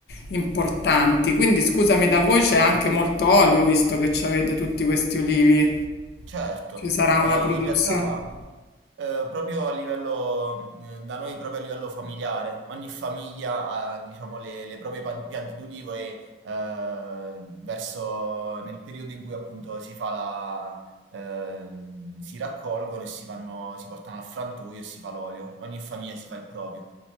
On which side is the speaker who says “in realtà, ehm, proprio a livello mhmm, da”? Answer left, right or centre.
Right